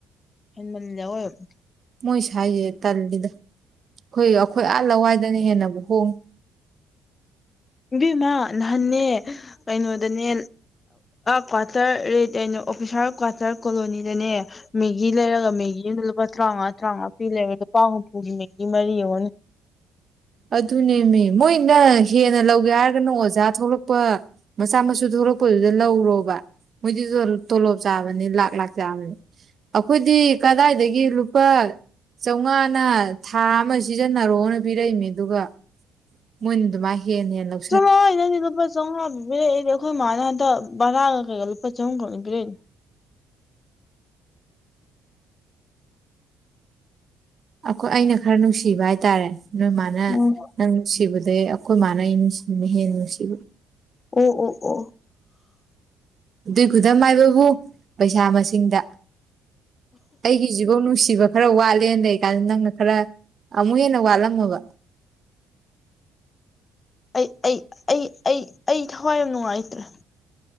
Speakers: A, on the left; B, on the right.
A: ꯍꯦꯃꯜꯂꯦ ꯑꯋꯣꯏꯕ
B: ꯃꯣꯏ ꯁ꯭ꯋꯥꯏꯖꯦ ꯇꯜꯂꯤꯗ ꯑꯩꯈꯣꯏ ꯑꯩꯈꯣꯏ ꯑꯥ ꯂꯋꯥꯏꯗꯅ ꯍꯦꯟꯅꯕꯨ ꯍꯣꯡꯉꯤ
A: ꯏꯏ ꯏꯃ ꯅꯍꯥꯟꯅꯦ ꯀꯩꯅꯣꯗꯅꯦ ꯀ꯭ꯋꯥꯇꯔꯩꯅ ꯑꯣꯐꯤꯁꯔ ꯀ꯭ꯋꯥꯇꯔ ꯀꯣꯂꯣꯅꯤꯗꯅꯦ ꯃꯦꯒꯤ ꯂꯩꯔꯒ ꯃꯦꯒꯤꯅ ꯂꯨꯄꯥ ꯇꯔꯥꯃꯉꯥ ꯇꯔꯥꯃꯉꯥ ꯄꯤ ꯂꯩꯔꯦ ꯂꯨꯄꯥ ꯍꯨꯝꯐꯨꯒꯤ ꯃꯦꯒꯤ ꯃꯔꯤ ꯑꯣꯅꯦ
B: ꯑꯗꯨꯅꯦꯅꯦ ꯃꯣꯏꯅ ꯍꯦꯟꯅ ꯂꯧꯒꯦ ꯍꯥꯏꯔꯒꯅ ꯑꯣꯖꯥ ꯊꯣꯛꯂꯛꯄ ꯃꯆꯥ ꯃꯁꯨ ꯊꯣꯛꯂꯛꯄꯗꯨꯗ ꯂꯧꯔꯣꯕ ꯃꯣꯏꯗꯨꯁꯨ ꯇꯣꯂꯣꯞ ꯆꯥꯕꯅꯤ ꯂꯥꯛ ꯂꯥꯛ ꯆꯥꯕꯅꯤ ꯑꯩꯈꯣꯏꯗꯤ ꯀꯗꯥꯏꯗꯒꯤ ꯂꯨꯄꯥ ꯆꯥꯝꯃꯉꯥꯅ ꯊꯥ ꯑꯃ ꯁꯤꯖꯤꯟꯅꯔꯣꯅ ꯄꯤꯔꯛꯏꯃꯦ ꯑꯗꯨꯒ ꯃꯣꯏꯅ ꯑꯗꯨꯃꯥꯏ ꯍꯦꯟ ꯍꯦꯜꯂꯒ
A: ꯆꯂꯣ ꯍ ꯏꯅꯤꯗ ꯆꯥꯝꯃꯉꯥ ꯄꯕꯤꯔ ꯑꯩꯗꯤ ꯑꯩꯈꯣꯏ ꯃꯥꯅ ꯍꯟꯗ ꯕꯔꯥꯒ ꯀꯩꯀ ꯂꯨꯄꯥ ꯆꯍꯨꯝꯛꯧ ꯂꯩꯗ꯭ꯔꯦꯅꯦ
B: ꯑꯩꯈꯣꯏ ꯑꯩꯅ ꯈꯔ ꯅꯨꯡꯁꯤꯕ ꯍꯥꯏꯇꯥꯔꯦ ꯅꯣꯏ ꯃꯥꯅ
A: ꯎꯝ
B: ꯅꯪ ꯅꯨꯡꯁꯤꯕꯗꯩ ꯑꯩꯈꯣꯏ ꯃꯥꯟꯅꯩ ꯅꯨꯡꯁꯤꯅ ꯍꯦꯟꯅ ꯅꯨꯡꯁꯤꯕ
A: ꯑꯣ ꯑꯣ ꯑꯣ
B: ꯑꯗꯨꯏ ꯈꯨꯗꯝ ꯍꯥꯏꯕꯕꯨ ꯄꯩꯁꯥ ꯃꯁꯤꯡꯗ ꯑꯩꯒꯤꯁꯤꯕꯧ ꯅꯨꯡꯁꯤ ꯁꯤꯕ ꯈꯔ ꯋꯥꯠꯂꯦꯅ ꯂꯩ ꯀꯥꯟꯗ ꯅꯪꯅ ꯈꯔ ꯑꯃꯨꯛ ꯍꯦꯟꯅ ꯋꯥꯠꯂꯝꯃꯕ
A: ꯑꯩ ꯑꯩ ꯑꯩ ꯑꯩ ꯑꯩ ꯊꯋꯥꯏ ꯌꯥꯝ ꯅꯨꯡꯉꯥꯏꯇ꯭ꯔꯦ